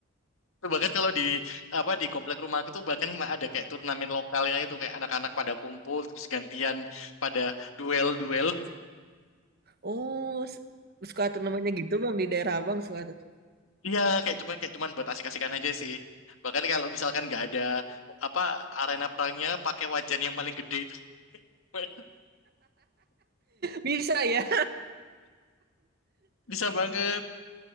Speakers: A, on the left; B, on the right.
A: itu bahkan kalau di apa di komplek rumah itu bahkan ada kayak turnamen lokalnya itu kayak anak-anak pada kumpul terus gantian pada duel-duel.
B: Oh, s- suka tuh namanya gitu Bang di daerah Abang suka <laughs> tuh.
A: Iya, kayak cuman kayak cuman buat asik-asikan aja sih. Bahkan kalau misalkan nggak ada apa arena perangnya pakai wajan yang paling gede itu <laughs>
B: Bisa ya?
A: bisa banget.